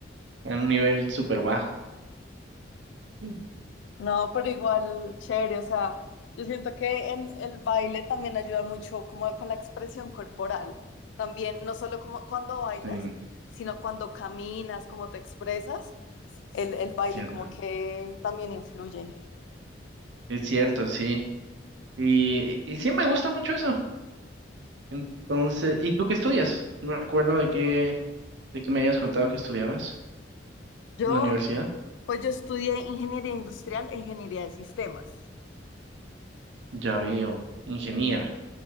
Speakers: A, on the right; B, on the left.
A: en un nivel súper bajo. Mm.
B: No, pero igual, chévere, o sea, yo siento que el, el baile también ayuda mucho como con la expresión corporal, también, no solo como cuando bailas,
A: Sí,
B: sino cuando caminas, cómo te expresas, el, el baile
A: cierto.
B: como que también influye.
A: Es cierto, sí. Y, y sí me gusta mucho eso. Entonces, ¿y tú qué estudias? No recuerdo de qué, de qué me habías contado que estudiabas
B: Yo,
A: en la universidad.
B: pues yo estudié ingeniería industrial e ingeniería de sistemas.
A: Ya veo, ingeniera.